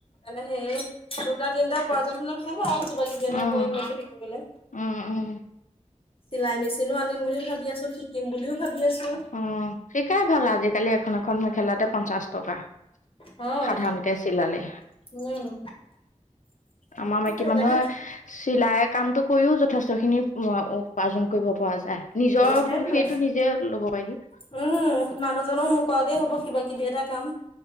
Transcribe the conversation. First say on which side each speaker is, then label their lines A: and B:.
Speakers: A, on the left; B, on the left.
A: মানে সেই দুটা তিনিটা পাৰ্জন হ'ললে ভাল আৰু কিবা কিবি এটা
B: উম
A: কৰি মেলিবলে।
B: উম উম
A: চিলাই মেচিনো আনিম বুলি ভাবি আছো, শিকিম বুলিও ভাবি আছো।
B: অ শিকাই ভাল আজিকালি এখন এখন মেখেলাতে পঞ্চাশ টকা।
A: হয়
B: সাধাৰণ কে চিলালে।
A: উম
B: আমাৰ
A: সেইটোৱে
B: মাইকী মানুহে
A: তাকে
B: চিলাই কামতটো কৰিও যথেষ্ট খিনি। উপাৰ্জন কৰিব পৰা যায় নিজৰ
A: সেইটোৱে
B: সেইটো নিজে লব পাৰি।
A: উম, মানুহজনক নোকোৱাকে হ'ব কিবা কিবি এটা কাম।